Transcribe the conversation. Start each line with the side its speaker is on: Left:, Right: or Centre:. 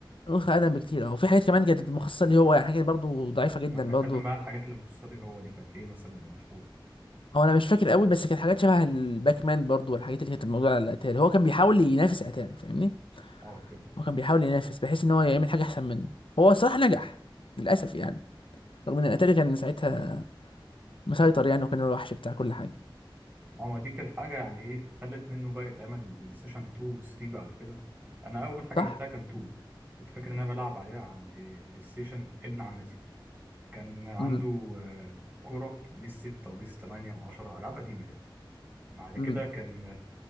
Left: النسخ الاقدم بكتير او في حاجات كمان كانت مخصصه ليه هو يعني حاجات برضو ضعيفه جدا
Right: ما انا
Left: برضو
Right: بتكلم بقى على الحاجات اللي مخصصه لي هو دي كانت ايه مثلا مشهور
Left: هو انا مش فاكر قوي بس كانت حاجات شبه الباك مان برضو والحاجات اللي كانت موجوده على الاتاري هو كان بيحاول ينافس اتاري فاهمني
Right: اه فهمت
Left: هو كان بيحاول ينافس بحيث ان هو يعمل حاجه احسن منه هو الصراحه نجح للاسف يعني رغم ان الاتاري كان ساعتها مسيطر يعني وكان هو الوحش بتاع كل حاجه
Right: اه ما دي كانت حاجه يعني ايه خلت منه بقى يتعمل بلاي ستيشن 2 و 3 بعد كده انا اول حاجه
Left: صح
Right: لعبتها كان 2 كنت فاكر ان انا بلعب عليها عند بلاي ستيشن ابن عمتي كان عنده
Left: امم
Right: آه، كوره بيس 6 وبيس 8 و10 العاب قديمه كده بعد كده
Left: امم
Right: كان